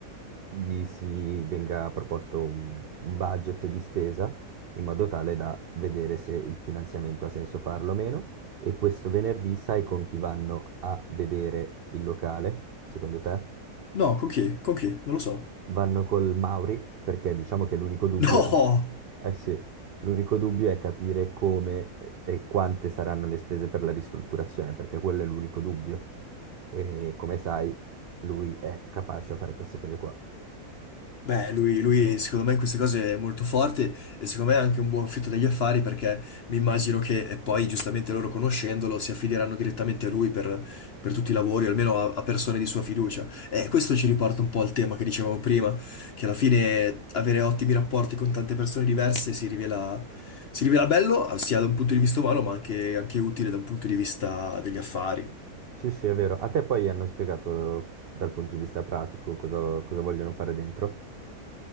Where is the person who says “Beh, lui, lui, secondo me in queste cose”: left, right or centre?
Left